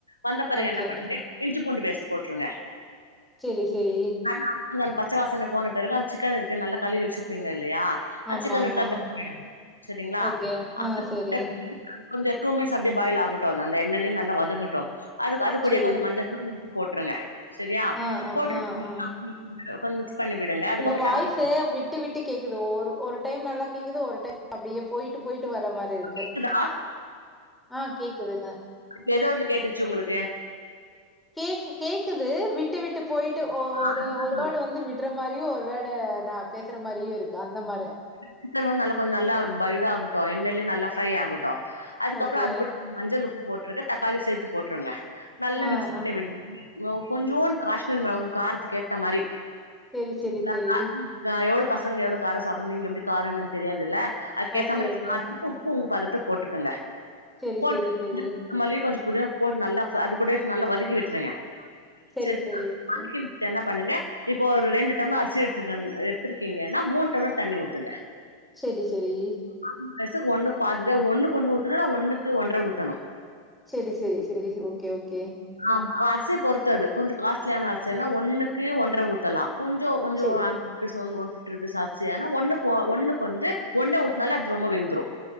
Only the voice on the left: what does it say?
வந்த பிறகு
என்ன பண்ணுங்க இஞ்சி பூண்டு பேஸ்ட் போட்டுருங்க
அது அது வந்து அந்த பச்ச வாசன போன பிறகு அந்த சிக்கன் இருக்கு நல்லா கழுவி வச்சிருப்பீங்க இல்லயா
அச்சக்கண்ணு எடுத்து போட்டுங்க சரிங்களா
அதுக்கு
<unintelligible> கொஞ்ச டூ மினிட்ஸ் அப்டியே பாயில் ஆகட்டு அந்த எண்ணெய்யிலையே நல்லா வதங்கட்டு அதுக்கு அது கூடே
கொஞ்ச மஞ்ச <inaudible> போட்டுருங்க சரியா
போட்டுருக்கு
<inaudible> மிக்ஸ் பண்ணிவிடுங்க அதுக்கப்ரோ
தக்காளி <unintelligible>
கேக்குதா
ஆ எதவச்சி கேட்டுச்சு உங்ளுக்கு
ஆ
அதுதா
சொல்ற
சிக்கனு வந்து நல்லா கொஞ்ச நல்லா பைடு ஆகட்டு எண்ணெய்லே நல்லா ஃப்ரை ஆகட்டு அதுக்கப்ரோ
அது கூட கொஞ் மஞ்சள் உப்பு போட்டுருக்கு தக்காளி சேர்த்து போட்டுருங்க நல்லா
மிக்ஸ் பண்ணி
விடு <inaudible> இன்னோ கொஞ்சோடு காஷ்மீர் மிளகா காரத்துக்கு ஏத்த மாதிரி
<unintelligible>
கா எவ்ளோ பசங்க எவ்ளோ காரோ சாப்டு நீங்க எப்டி காரனு எனக்கு தெரியாதுல்ல அதுக்க
ஏத்த மாதிரி
கார ரொம்போ உப்பு உங்க பதத்து போட்டுக்கங்க
போட்டு
<inaudible> மல்லி கொஞ்ச புதினா போட்டு நல்லா ப அது கூட நல்லா வதக்கி விட்டுருங்க
செரிங்ளா
வதக்கி தென்ன பண்ணுங்க இப்போ ஒரு ரெண்டு டம்ளர் அரிசி எடுத்து எடுத்திருக்கீங்கன்னா மூணு டம்ளர் தண்ணி ஊத்துங்க
ம் அரிசி ஒன்னு பாதிதா ஒன்னுக்கு ஒன்னு ஊத்தணு ஒன்னுக்கு ஒன்றரை ஊத்தணு
ஆம் அரிசிய பொறுத்தது கொஞ்சோ காஸ்ட்லியான அரிசி சென்னா ஒன்னுக்கு ஒன்றரை ஊத்தலா கொஞ்சோ கொஞ்சோ
அ ஒன் ஒன் பிப்டி ருபீஸ் ஆச்சி ஏனா ஒன்னு ஒன்னு வந்து ஒன்ட உத்துனாலு அது ரொம்ப வெந்துரு